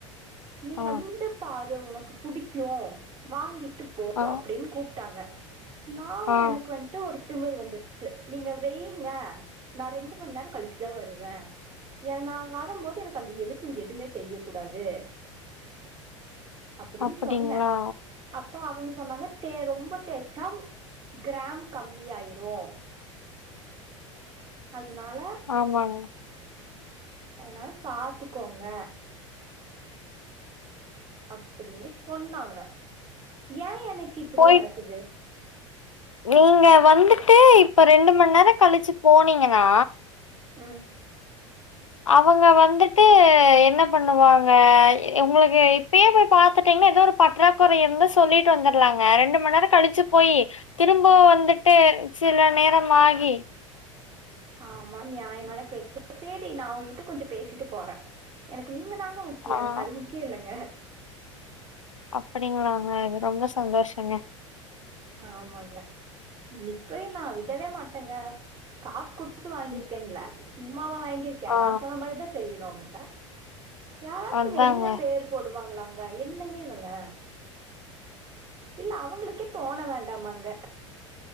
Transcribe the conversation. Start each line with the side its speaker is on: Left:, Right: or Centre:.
Right: நீ
Left: ஆ
Right: வந்து பா து உனக்கு புடிக்கும் வாங்கிட்டு போ
Left: ஆ
Right: அப்டின்னு கூப்ட்டாங்க நாவு
Left: ஆ
Right: எனக்கு வன் ட்டு ஒருத் திமிரு வந்துருச்சு நீங்க வைங்க நா ரெண்டு மண் நேரம் கழிச்சுதா வருவே ஏ நா வரம்போது எனக்கு அந்த எழுத்து எதுமே தெரிய கூடாது <inaudible>
Left: அப்டிங்ளா
Right: சொன்னே அப்ப அவங்க சொன்னாங்க தே ரொம்ப தேய்ச்சம் கிராம் கம்மி ஆயிரும் அதுனால
Left: ஆமாங்க
Right: அதனால பாத்துக்கோங்க அப்படின்னு சொன்னாங்க ஏன் எனக்கு இப்படியே
Left: போய்
Right: நடக்குது
Left: நீங்க வந்துட்டு இப்ப ரெண்டு மண் நேரம் கழிச்சு போனீங்கன்னா
Right: ம்
Left: அவங்க வந்துட்டு என்ன பண்ணுவாங்க உங்களுக்கு இப்பயே போயி பாத்துட்டீங்கன்னா ஏதோ ஒரு பற்றாக்குறை இருந்து சொல்லிட்டு வந்தர்லாங்க ரெண்டு மண் நேரம் கழிச்சு போயி திரும்ப வந்துட்டு சில நேரம் ஆகி
Right: ஆமா நியாயமான பேச்சு சேரி நா அவங்கக்கிட்ட கொஞ்சோ பேசிட்டு போறே எனக்கு நீங்க தாங்க மு க்கியம்
Left: ஆ
Right: எனக்கு அது முக்கியோ இல்லங்க
Left: அப்படிங்களாங்க ரொம்ப சந்தோஷங்க
Right: ஆமாங்க இன்னைக்கு போய் நா விடவே மாட்டேங்க காசு குடுத் து வாங்கிருக்கேன்ல்ல
Left: ம்.
Right: சும்மாவா வாங்கிருக்கே
Left: ஆ
Right: நா சொன்ன மாறிதா செய்யணு அவங்க யாராச்சு
Left: அதாங்க.
Right: வெளிய பேர் போடுவாங்களாங்க என்னங்க இவங்க இல்ல அவங்களுக்கே தோண வேண்டாமாங்க